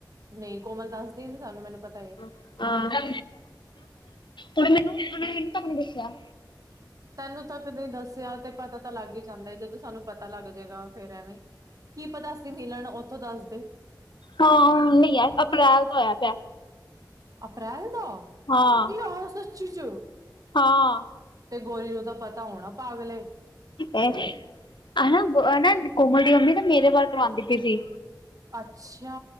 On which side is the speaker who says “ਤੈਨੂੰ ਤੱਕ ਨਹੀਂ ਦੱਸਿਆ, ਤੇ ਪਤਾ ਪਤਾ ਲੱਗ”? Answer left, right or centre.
Right